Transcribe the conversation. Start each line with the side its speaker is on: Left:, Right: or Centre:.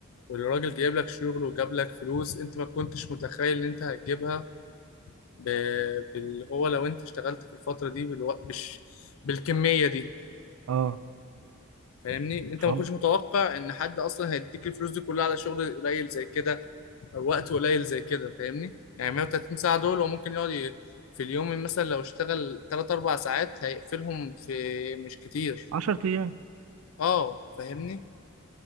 Left: والراجل جايب لك شغل وجاب لك فلوس انت ما كنتش متخيل ان انت هتجيبها ب... بال... هو لو انت اشتغلت في الفترة دي بالو... بش... بالكمية دي
Right: اه
Left: فاهمني انت
Right: ف
Left: ما كنتش متوقع ان حد اصلا هيديك الفلوس دي كلها على شغل قليل زي كده او وقت قليل زي كده فاهمني يعني 130 ساعة دول هو ممكن يقعد ي... في اليوم مثلا لو اشتغل 3 4 ساعات هيقفلهم في مش كتير
Right: 10 ايام
Left: اه فاهمني